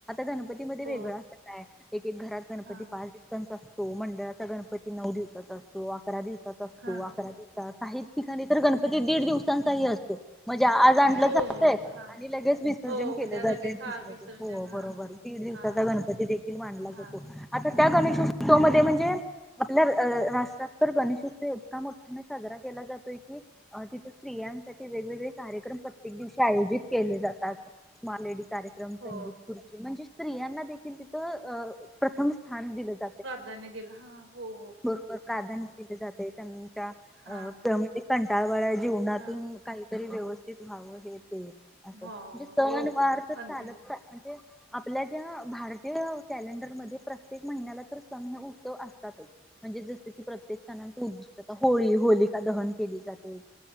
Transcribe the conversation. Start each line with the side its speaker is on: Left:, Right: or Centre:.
Centre: गणपतीमध्ये
Right: हो
Centre: वेगळा असय काय, एक एक घरात गणपती
Right: हां
Centre: पाच दिवसांचा असतो. मंडळाचा गणप पती नऊ दिवसाचा असतो, अकरा दिवसाचा असतो.
Right: हां
Centre: अकरा दिवसा काही ठिकाणी तर गणपती दीड दिवसांचा चाही असतो. म्हणजे आज आणला
Right: हो
Centre: जातोय
Right: हो हां
Centre: आणि लगेच विस सर्जन
Right: हो
Centre: केलं
Right: उद्या लगेच
Centre: जातय.
Right: हा विसर्जन हां
Centre: बरोबर दीड दिवसाचा
Right: हां
Centre: गणपती देखील मांडला
Right: हां
Centre: जातो. आता त्या गणेशोत्सवमध्ये म्हणजे आपल्या रा राष्ट्रात तर गणेशोत्सव इतका मोठ्याने साजरा केला जातोय की, अं तिथं स्त्री स्त्रियांसाठी वेगवेगळे कार्यक्रम प्रत्येक दिवशी आयोजित केले जातात. मालेडी कार्यक्रम,
Right: हो
Centre: संगीत खुर्ची. म्हणजे स्त्रियांना देखील तिथं अं प्रथम स्थान दिलं जात.
Right: प्राधान्य दिल. हा, होय.
Centre: बरोबर प्राधान्य दिले जातेय. त्यांच्या
Right: हा
Centre: अ स म्हणजे कंटाळवाड्या जीवनातून
Right: हा
Centre: काहीतरी व्यवस्थित व्हावं. हे ते म्हणजे
Right: वाव
Centre: सण
Right: हो हो
Centre: वार तर चालत
Right: अगदी
Centre: का म्हणजे आपल्या ज्या भारती तिय कॅलेंडरमध्ये प्रत्येक महिन्याला तर सण हे उत्सव अस तातच. म्हणजे जस की प्रत्येक सण उद्दिष्ट, आता होळी हो लिका दहन केली जाते.